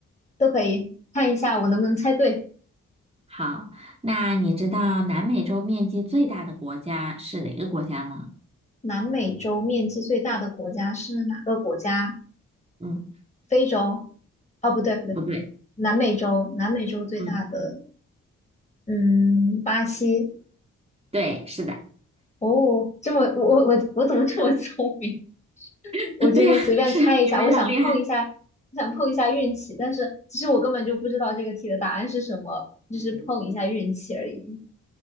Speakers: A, on the left; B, on the right.
A: 都可以。看一下我能不能猜对。
B: 好，那你知道南美洲面积最大的国家是哪个国家吗？
A: 南美洲面积最大的国家是哪个国家？
B: 嗯，
A: 非洲？哦，不对不对，
B: 不对，
A: 南美洲，南美洲最大的，
B: 嗯，
A: 嗯，巴西。
B: 对，是的，
A: 哦，这么我我我我怎么这么聪明？<laughs>
B: <laughs>
A: 我就是随便猜一下，
B: 对呀，是你非常厉害，
A: 我想碰一下，我想碰一下运气，但是其实我根本就不知道这个题的答案是什么，就是碰一下运气而已。